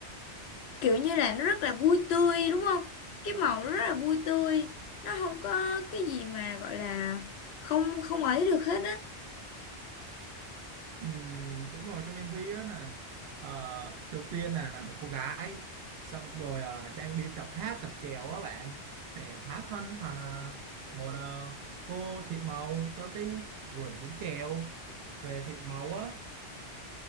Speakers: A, on the left; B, on the right.
A: kiểu như là nó rất là vui tươi đúng không cái màu nó rất là vui tươi nó không có cái gì mà gọi là không không ấy được hết á
B: Ừm, đúng rồi trong MV á là ờ, đầu tiên là một cô gái xong rồi ờ, đang đi tập hát tập chèo á bạn để hóa thân thành ờ, một ờ, cô thị màu cho cái vở diễn chèo về thị màu á.